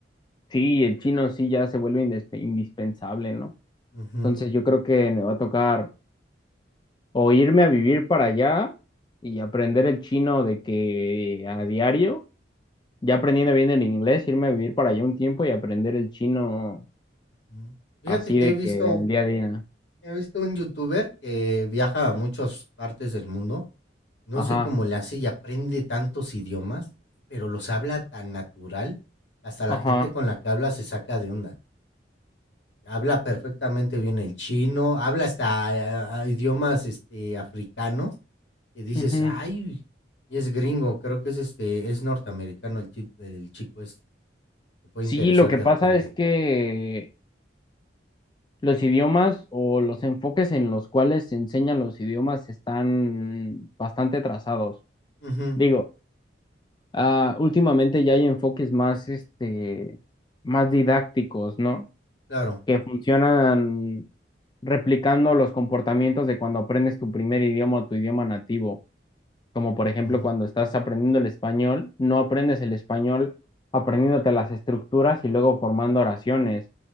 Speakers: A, on the left; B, on the left.
A: sí, el chino sí ya se vuelve indes- indispensable, ¿no?
B: Ujú,
A: Entonces yo creo que me va a tocar o irme a vivir para allá y aprender el chino de que a diario ya aprendiendo bien el inglés, irme a vivir para allá un tiempo y aprender el chino
B: ujú. Fíjate
A: así
B: que
A: de
B: he visto,
A: que en el día a día.
B: he visto un youtuber que viaja a muchas partes del mundo. No
A: Ajá,
B: sé cómo le hace y aprende tantos idiomas, pero los habla tan natural. que Hasta la
A: ajá.
B: gente con la que habla se saca de onda. Habla perfectamente bien el chino, habla hasta ah, idiomas este, africanos que dices,
A: ujú.
B: ay, y es gringo, creo que es este, es norteamericano el, chi- el chico este. Te puede
A: Sí,
B: interesar
A: lo que
B: de
A: pasa
B: repente.
A: es que los idiomas o los enfoques en los cuales se enseñan los idiomas están bastante atrasados.
B: Ujú,
A: Digo, ah, últimamente ya hay enfoques más, este, más didácticos, ¿no?
B: claro.
A: Que funcionan replicando los comportamientos de cuando aprendes tu primer idioma o tu idioma nativo. como por ejemplo
B: Ujú.
A: cuando estás aprendiendo el español, no aprendes el español aprendiéndote las estructuras y luego formando oraciones.